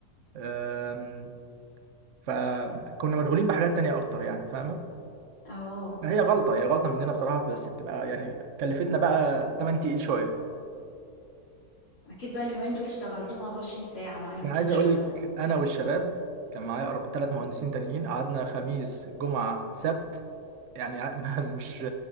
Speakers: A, on the right; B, on the left.
A: أم، فكنا مشغولين بحاجات تانية اكتر يعني فاهمه
B: اه
A: هي غلطه هي غلطه مننا بصراحه بس بتبقى يعني كلفتنا بقى تمن تقيل شويه
B: اكيد بقى اليومين دول اشتغلتهم 24 ساعه ما نمتوش
A: انا عايز اقول
B: مثلا
A: لك انا والشباب كان معايا أربع ثلاث مهندسين تانيين قعدنا خميس جمعه سبت يعني ع- <laughs> ما- مش